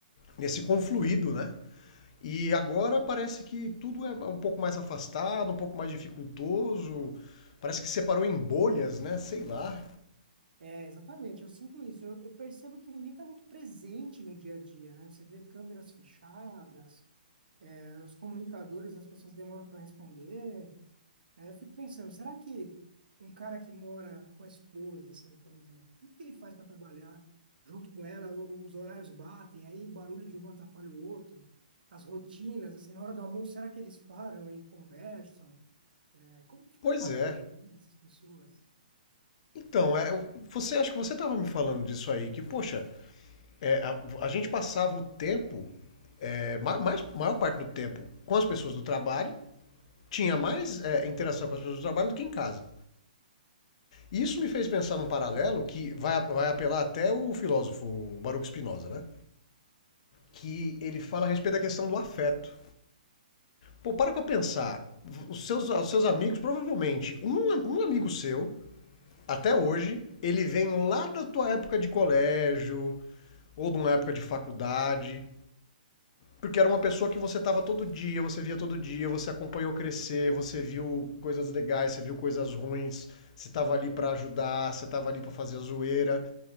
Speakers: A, on the left; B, on the right.
A: nesse confluído, né? E
B: Exa-
A: agora parece que tudo é um pouco mais afastado, um pouco mais dificultoso. Parece que separou em bolhas, né? Sei lá.
B: É, exatamente, eu sinto isso. Eu, eu percebo que ninguém está muito presente no dia a dia, né? Você vê câmeras fechadas, eh, os comunicadores, as pessoas demoram para responder. Aí eu fico pensando, será que um cara que mora com a esposa, assim, por exemplo, como é que ele faz para trabalhar junto com ela? O- Os horários batem, aí o barulho de um atrapalha o outro, as rotinas, assim, na hora do almoço, será que eles param e conversam? É, como fica
A: Pois
B: a cabeça,
A: é.
B: né, dessas pessoas?
A: Então, é, você acha que você estava me falando disso aí, que, poxa, é, a, a gente passava o tempo é, mais, maior parte do tempo com as pessoas do trabalho, tinha mais é, interação com as pessoas do trabalho do que em casa. Isso
B: Hum,
A: me fez pensar num paralelo que vai, vai apelar até o filósofo Baruch Spinoza, né? Que ele fala a respeito da questão do afeto. Pô, para pra pensar. Os seus, os seus amigos, provavelmente, um, um amigo seu, até hoje, ele vem lá da tua época de colégio, ou de uma época de faculdade, Porque era uma pessoa que você estava todo dia, você via todo dia, você acompanhou crescer, você viu coisas legais, você viu coisas ruins, você estava ali para ajudar, você estava ali para fazer a zoeira.